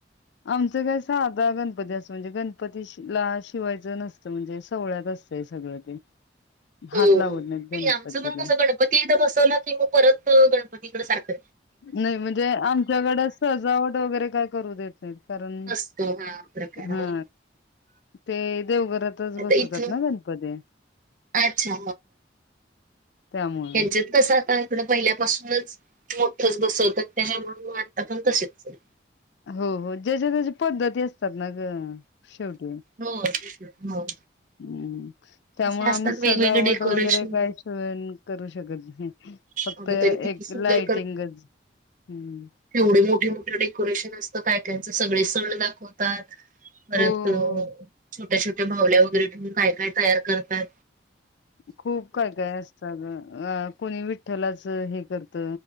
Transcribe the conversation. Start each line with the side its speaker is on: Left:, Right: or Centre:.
Left: आमचं कसा आधा गणपती असतो म्हणजे गणपती ला शिवायचं नसतं म्हणजे सोहळ्यात असतं. ते सगळ ते
Right: <inaudible> हो
Left: हात लावत नाहीत गणपतीला
Right: नाही आमचं पण कसं गणपती एकदा बसवला की मग परत गणपतीकडे सारख
Left: नाही म्हणजे आमच्याकडे सजावट वगैरे काय करू देत नाही कारण
Right: असतो हा प्रकार
Left: हा
Right: हो.
Left: ते देवघरातच
Right: आता
Left: बसवतात
Right: इथं
Left: ना गणपती?
Right: अच्छा
Left: त्यामुळे
Right: हेंच्यात कसं आता इकडं पहिल्यापासूनच मोठंच बसवतात त्यामु हो आता पण तसच आहे.
Left: हो हो ज्याच्या त्याच्या पद्धती असतात ना ग. शेवटी
Right: हो तेच ना हो
Left: हम्म. त्यामुळे
Right: असे असतात
Left: आम्ही सजावट
Right: वेगवेगळे डेकोरेशन
Left: वगैरे काही करू शकत नाही. फक्त
Right: अगं तरी किती
Left: एक
Right: सुंदर
Left: लाइटिंगच हम्म.
Right: तेवढे मोठे मोठे डेकोरेशन असतं काय कायचं सगळे सण दाखवतात. परत
Left: हो हो हो
Right: छोट्या छोट्या मावल्या वगैरे ठेऊन काय काय तयार करताय.
Left: खूप काय काय असत आ गं, कोणी विठ्ठलाच हे करत